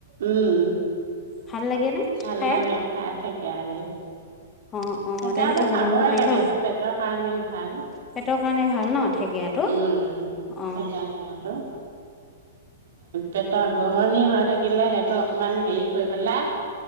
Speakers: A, on the right; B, on the left.
A: উম,
B: ভাল লাগে নে
A: ভাল
B: খাই
A: লাগে খাই থেকেৰা দি।
B: অ অ
A: থেকৰাটো
B: তেনেকে বনাব
A: খাবই
B: পাৰি
A: লাগেটো
B: ন
A: পেটৰ কাৰণেও ভাল
B: পেটৰ কাৰণে ভাল ন ঠেকেৰাটো
A: উম,
B: অ
A: থেকেৰা টেঙাটো। পেটৰ গহনি হৈ থাকিলে সেইটো অকমান হেৰি কৰি পেলাই